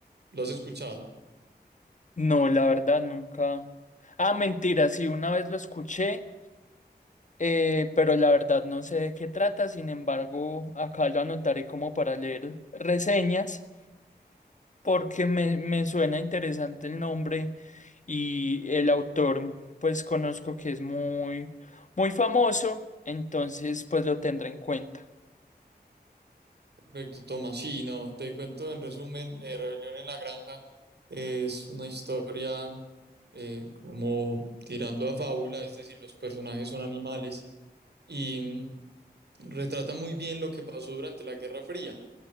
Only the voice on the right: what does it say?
¿Lo has escuchado?
Perfecto, Tomás. Sí, no, te cuento en resumen, eh, Rebelión en la Granja es una historia eh, como tirando a fábula, es decir, los personajes son animales y... mm, retrata muy bien lo que pasó durante la Guerra Fría,